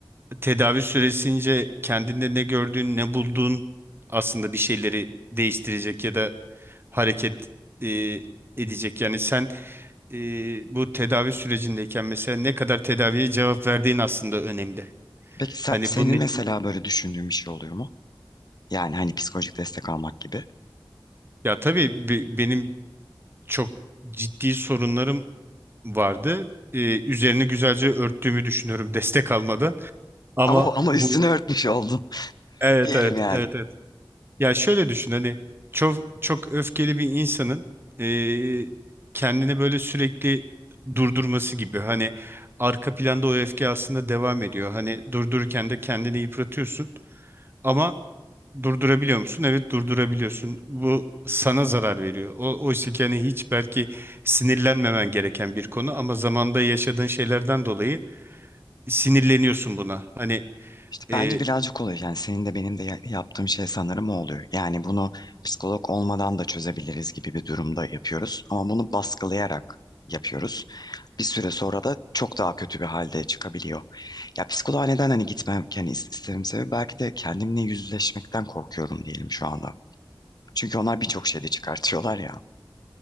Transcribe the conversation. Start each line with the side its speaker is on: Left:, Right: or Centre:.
Right: tedavi süresince kendinde ne gördüğün ne bulduğun aslında bir şeyleri değiştirecek ya da hareket eee, edecek. Yani sen eee, bu tedavi sürecindeyken mesela ne kadar tedaviye cevap verdiğin aslında önemli.
Left: peki sen-
Right: Hani
Left: senin
Right: bunun için
Left: mesela böyle düşündüğün bir şey oluyor mu? Yani hani psikolojik destek almak gibi.
Right: ya tabii be- benim çok ciddi sorunlarım vardı. Ee, üzerini güzelce örttüğümü düşünüyorum <laughs> destek almadan. Ama
Left: Ama ama
Right: bu
Left: üstünü örtmüş oldun <laughs>
Right: evet
Left: diyelim
Right: evet
Left: yani.
Right: evet evet. Ya şöyle düşün hani çok çok öfkeli bir insanın eee, kendini böyle sürekli durdurması gibi hani arka planda o öfke aslında devam ediyor. Hani durdururken de kendini yıpratıyorsun ama durdurabiliyor musun? Evet durdurabiliyorsun. Bu sana zarar veriyor. O, oysa ki hani hiç belki sinirlenmemen gereken bir konu ama zamanda yaşadığın şeylerden dolayı sinirleniyorsun buna. Hani
Left: İşte
Right: eee,
Left: bence birazcık oluyor. Yani senin de benim de ya- yaptığım şey sanırım o oluyor. Yani bunu psikolog olmadan da çözebiliriz gibi bir durumda yapıyoruz. Ama bunu baskılayarak yapıyoruz. Bir süre sonra da çok daha kötü bir halde çıkabiliyor. Ya psikoloğa neden hani gitmem hani is- istemem sebebi belki de kendimle yüzleşmekten korkuyorum diyelim şu anda. Çünkü onlar birçok şeyde çıkartıyorlar ya.